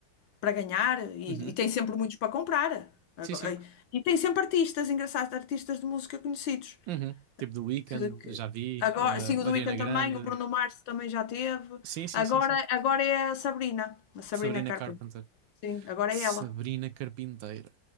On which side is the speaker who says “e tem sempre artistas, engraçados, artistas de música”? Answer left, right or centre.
Left